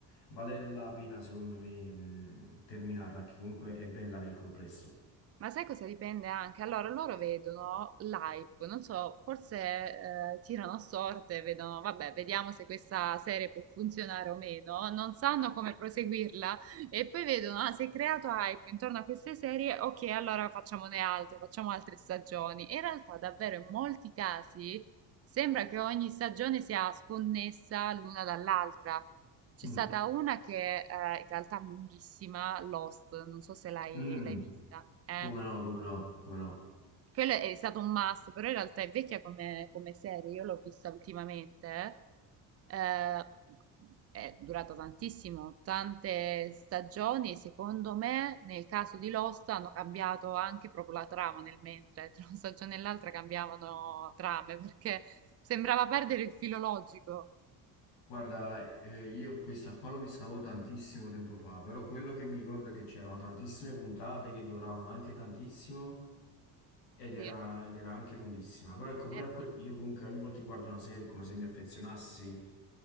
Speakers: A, on the left; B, on the right.
A: vale la pena secondo me mh, terminarla, che comunque è bella nel complesso.
B: Ma sai cosa dipende anche? Allora, loro vedono l'hype, non so, forse eh, tirano a sorte, vedono, vabbè, vediamo se questa serie può funzionare o meno, non sanno come proseguirla e poi vedono, ah, si è creato hype intorno a queste serie, ok, allora facciamone altre, facciamo altre stagioni. In realtà, davvero, in molti casi sembra che ogni stagione sia sconnessa l'una dall'altra. C'è
A: Mm.
B: stata una che eh, in realtà è lunghissima, Lost, non so se l'hai
A: Mm.
B: l'hai vista. eh.
A: Come no, come no, come no.
B: Quello è stato un must, però in realtà è vecchia come, come serie, io l'ho vista ultimamente, eh, è durata tantissimo, tante stagioni, e secondo me nel caso di Lost hanno cambiato anche proprio la trama nel mentre, tra una stagione e l'altra cambiavano trame, perché sembrava perdere il filo logico,
A: Guarda, eh, io questa qua l'ho vista avevo tantissimo tempo fa, però quello che mi ricordo è che c'erano tantissime puntate che duravano anche tantissimo. Ed era,
B: sì,
A: ed era anche lunghissima, però ecco pure
B: era-
A: a quel- io comunque ogni volta che guardo una serie è come se mi affezionassi